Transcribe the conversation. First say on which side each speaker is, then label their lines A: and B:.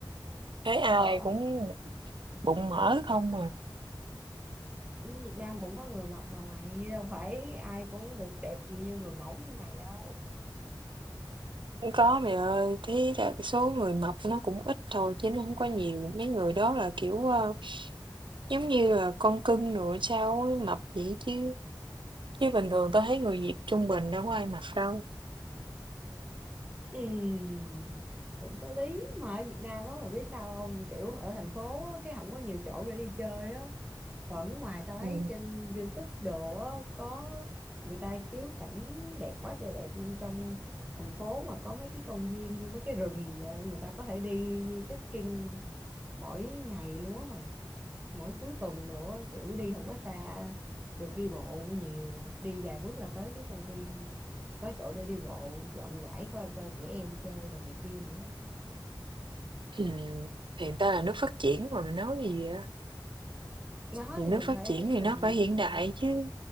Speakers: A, on the right; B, on the right.
A: Thấy ai
B: Ờ.
A: cũng bụng mỡ không à.
B: Việt Nam cũng có người mập mà mày đâu phải ai cũng được đẹp như người mẫu như mày đâu
A: Không có mày ơi, thế là số người mập nó cũng ít thôi chứ nó không có nhiều. Mấy người đó là kiểu ờ, giống như là con cưng rồi sao ấy, mập vậy chứ Chứ bình thường tao thấy người Việt trung bình đâu có ai mặc đâu.
B: Ừm, cũng có lý mà ở Việt Nam á mày biết sao không kiểu ở thành phố á, cái không có nhiều chỗ để đi chơi á còn nước ngoài tao thấy
A: Ừ.
B: trên YouTube đồ á, có người ta chiếu cảnh đẹp quá trời đẹp luôn trong thành phố mà có mấy cái công viên như mấy cái rừng vậy, người ta có thể đi trekking mỗi ngày luôn á mày mỗi cuối tuần nữa kiểu đi không có xa được đi bộ nhiều đi vài bước là tới cái công viên có chỗ để đi bộ rộng rãi coi cho trẻ em chơi đồ này kia nữa
A: Ừm, Hiện ta là nước phát triển mà mày nói gì vậy?
B: đó
A: Thì
B: thì
A: nước
B: mình
A: phát
B: phải
A: triển thì
B: mình
A: nó phải hiện đại chứ.